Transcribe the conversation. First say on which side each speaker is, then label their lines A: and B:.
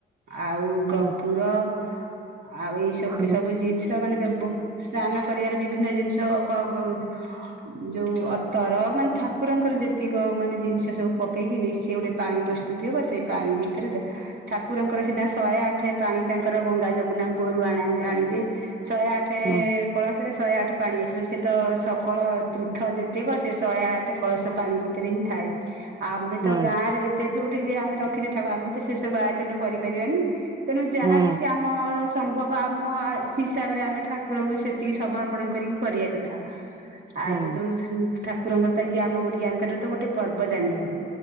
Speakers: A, on the right (about 55°); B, on the right (about 20°).
A: ଆଉ
B: ହୁଁ
A: କପୁର ଆଉ ଏଇ ସବୁ
B: ହୁଁ
A: କେ ସବୁ ଜିନିଷ ମାନେ ବ-ସ୍ନାନ କରିବାରେ ବିଭିନ୍ନ ଜିନିଷ <unintelligible> ଯଉ ଅତର ମାନେ ଠାକୁରଙ୍କର ଯେତିକ ମାନେ ଜିନିଷ ସବୁ ପ ପକେଇକିନି ସେ ଗୋଟେ ପାଣି ପ୍ରସ୍ତୁତି ହବ ସେ ପାଣି ଭିତରେ ଯା ଠାକୁରଙ୍କର ସିନା ଶହେ ଆଠ ପାଣି ତାଙ୍କର ଗଙ୍ଗା ଯମୁନା କୂଅରୁ ଆଣା-ଆଣିବେ ଶହେ ଆଠ୍ ଠେପ୍
B: ହୁଁ
A: କଳସରେ ଶହେ ଆଠ ପାଣି ଆସିବ ସେ ତ ସକଳ ତୀର୍ଥ ଯେତେକ ସେ ଶହେ ଆଠ କଳସ ପାଣି ବି ହିଁ ଥାଏ। ଆମେ
B: ହୁଁ
A: ତ ଗାଁ ରେ ଯେତେ ଯୋଉଠି ଯିଏ ଆମେ ରଖିଚେ ଠାକୁର ଆମେ ତ ସେ ସବୁ ଆୟୋଜନ କରିପାରିବାନି ତେଣୁ ଯାହା
B: ହୁଁ
A: କିଛି ଆମ ସମ୍ଭବ ଆମ ହିସାବରେ ଆମେ ଠାକୁରଙ୍କୁ ସେତିକି ସବର୍ପ ପଣ କରିକି କରିଆ କଥା। ଆଜି
B: ହୁଁ
A: ତ ଠାକୁରଙ୍କର ତ ଇଏ ଆମ ଓଡିଆଙ୍କର ତ ଗୋଟେ ପର୍ବ ଜାଣିବ।